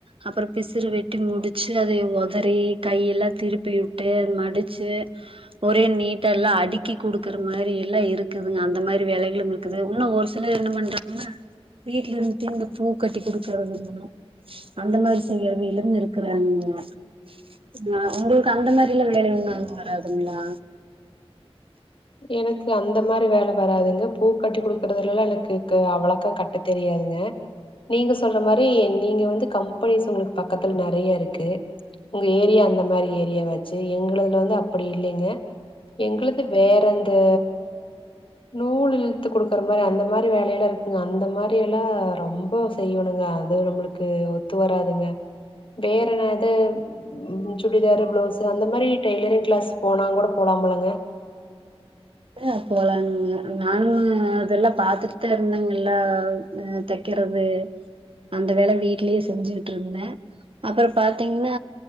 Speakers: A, on the right; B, on the left.
A: அப்புறோ பிசுறு வெட்டி முடிச்சு அதய ஒதறி கையெல்லா திருப்பி விட்டு மடிச் ச்சு ஒரே நீட்டா எல்லா அடுக்கி குடுக்கற மாரி எல்லா இருக்குதுங்க அந்த மாரி வேலைகளுக் இருக்குது இன்னு ஒரு சிலர் என்ன பண்றாங்கன்னா வீட்ல இருந்துட்டே இந்த பூ கட்டி குடுக்கறது அந்த மாரி செயறவிலும் இருக்றாங்கக நா வந்து அந்தமாரிலா வேல ஒண்ணு வராதுங்களா
B: எனக்கு அந்த மாரி வேல வராதுங்க பூ கட்டி குடுக்கறதுல எல்லா எனக்கு அவ்ளோக்கா கட்ட தெரியாதுங்க நீங்க சொல்ற மாரி நீங்க வந்து கம்பெனிஸ் உங்களுக்கு பக்கத்துல நெறைய இருக்கு உங்க ஏரியா அந்த மாரி ஏரியா வாச்சு எங்கதுல வந்து அப்டி இல்லிங்க எங்களது வே வந்து நூல் இழுத்து குடுக்குற மாரி அந்த மாரி வேலையெல்லா இருக்குங்க அந்த மாரி எல்லா ரொம்ப செய்யுணுங்க அது நம்மளுக்கு ஒத்து வராதுங்க வேற என்னாது ம் சுடிதாரு பிளவுஸு அந்த மாரி டெய்லரிங் கிளாஸ் போனாங் கூட போலாம்போலங்க
A: ஆ போலாம்லங்க நானு அதெல்லா பாத்துட்டு தா இருந்தெங்கல்லா அ தக்கெறது அந்த வேல வீட்லயே செஞ்சுட்டு இருந்தே அப்ரோ பாத்தீங்கனா